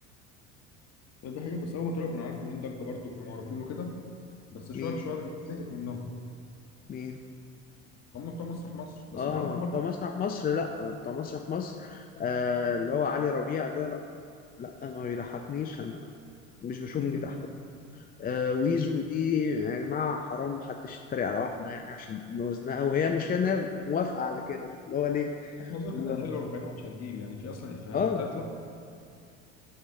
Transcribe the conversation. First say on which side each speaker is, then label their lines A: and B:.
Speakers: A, on the left (about 45°); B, on the left (about 25°).
A: ده حقيقي بس اول ما طلعوا كانوا عارفين عاملين ضجه برضو كانوا معروفين وكده بس شويه
B: مين
A: بشويه الناس زهقت منهم
B: مين
A: هم بتوع مسرح مصر بس
B: اه
A: اتعرفوا
B: بتوع
A: برضو
B: مسرح مصر لا بتوع مسرح مصر آه اللي هو علي ربيع ده لا لا ما بيضحكنيش انا مش بشوفه
A: <laughs>
B: بيضحك آه ويزو دي يا جماعة حرام محدش يتريق على واحدة يعني عشان وزنها وهي المشكلة إن هي موافقة على كده فاللي هو ليه؟
A: قصدك
B: و...
A: ان هي لو رفيعه مش هتجيب يعني في اصلا افيهات
B: آه
A: بتطلع